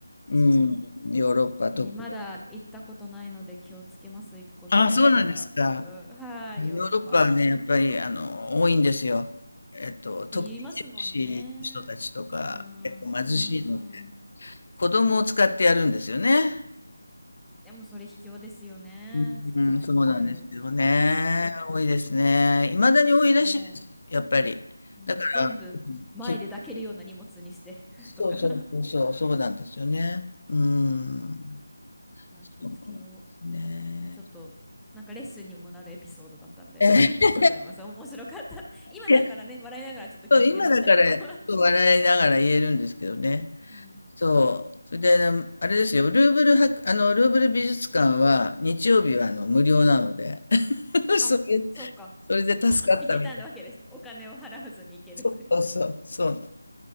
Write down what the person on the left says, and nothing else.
うん、
ヨーロッパ特に。
あ、そうなんですか。
ヨーロッパはね、
やっぱりあの多いんですよ。えっと、特にジプシーの人たちとか、
結構貧しいので、
子供を使ってやるんですよね。
うん、
そうなんですよね。
多いですね。いまだに多いらしいです、
やっぱり。
だから、うんきそうそうそうそう、
そうなんですよね。うん。
そうですね。
えーいや
<laughs>
そう今だから笑いながら言えるんですけどね。
そう。それで、あのあれですよ、ルーブル博、あの、ルーブル美術館は日曜日はあの無料なので、<laughs> それ、
それで助かったみたいな。
そうそうそう、そう